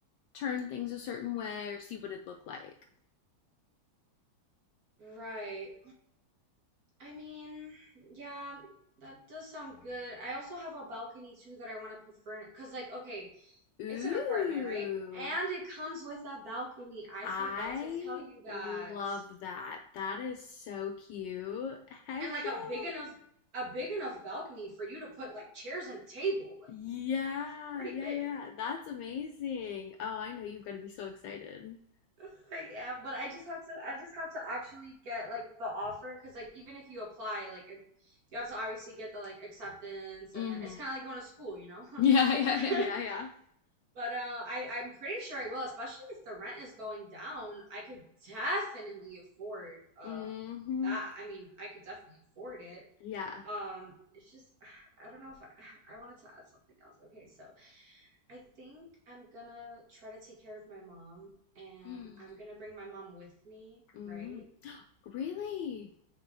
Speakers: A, on the left; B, on the right.
A: turn things a certain way or see what it looked like
B: Right. I mean, yeah, that does sound good. I also have a balcony too that I want to put furniture because, like, okay,
A: Ooh,
B: it's an apartment, right? And it comes with a balcony. I
A: I
B: forgot to tell you that.
A: love that. That is so cute. Heck
B: And like
A: yeah.
B: a big enough, a big enough balcony for you to put like chairs and a table. Like,
A: Yeah,
B: it's pretty
A: yeah,
B: big.
A: yeah. That's amazing. Oh, I know you've got to be so excited. <laughs>
B: <laughs> Yeah, but I just have to, I just have to actually get like the offer because like even if you apply, like it, you have to obviously get the like acceptance,
A: mm-hmm
B: and then it's kind of like going to school, you know?
A: yeah yeah yeah
B: <laughs>
A: yeah Yeah, yeah.
B: But uh, I I'm pretty sure I will, especially if the rent is going down. I could definitely afford um
A: Mm-hmm.
B: that. I mean, I could definitely afford it.
A: Yeah.
B: Um, it's just I don't know if I, I wanted to add something else. Okay, so I think I'm gonna try to take care of my mom, and
A: Mm,
B: I'm gonna bring my mom with me,
A: mm.
B: right?
A: <gasps> Really?